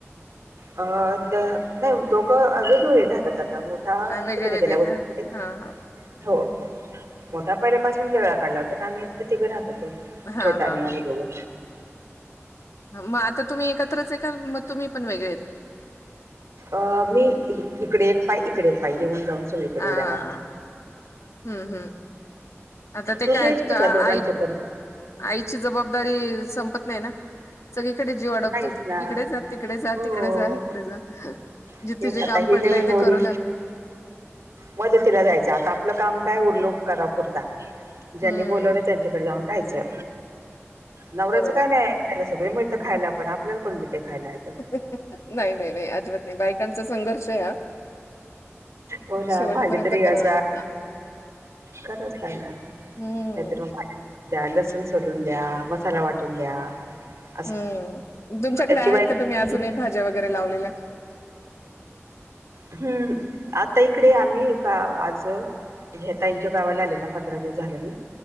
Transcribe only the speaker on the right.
अ त्या नाही दोघं अजून ही <unintelligible> राहतात आता मो ठा
तिकड
गेल्या वस्ती
कुटे
हो हो
मोठ्या पहिल्यापासून <unintelligible> काढला होता ना आम्ही आपलं तिघं राहत होतो.
छोटा
आणि आम्ही दोघं.
अ मी इकडे एक पाय इकडे पाय येऊन जाऊन चौवीकडे
उड्या मारते.
टू
बी एच के
चा आहे दोघांचे
पण.
नाहीच ना
हो
तेच
आता
ही
नवीन
नवरी
मदतीला जायचं आता आपलं काम काय उरलो करा पुुरता. ज्यांनी
बोलावले त्यांच्याकडे जाऊन राहायचं नवऱ्याचं
काय नाय त्याला सगळे मिळतं खायला आपण आपल्याला कोण देते खायला इथं.
हो ना,
भांडे तरी
घासा
खरच <unintelligible> नाहीतर
<unintelligible> द्या लसूण सोलून द्या, मसाला वाटून द्या. असं
त्याची
बायको
हम्म! आता इकडे आम्ही एका आज म्हणजे, ह्या ताईंच्या गावाला आले ना, पंधरा दिवस झाल मी